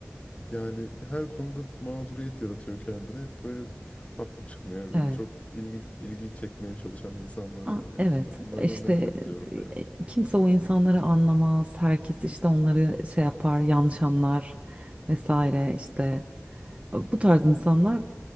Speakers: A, on the left (about 30°); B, on the right (about 25°).
A: Yani her konuda mağduriyet yaratıyor kendine. Hep böyle haklı çıkmıyor. Böyle
B: Evet.
A: çok ilgi, ilgi çekmeye çalışan insanlar
B: A-
A: var gerçekten.
B: evet.
A: Onlardan
B: İşte
A: nefret ediyorum ya.
B: e, kimse o insanları anlamaz. Herkes işte onları şey yapar, yanlış anlar vesaire işte. Bu tarz insanlar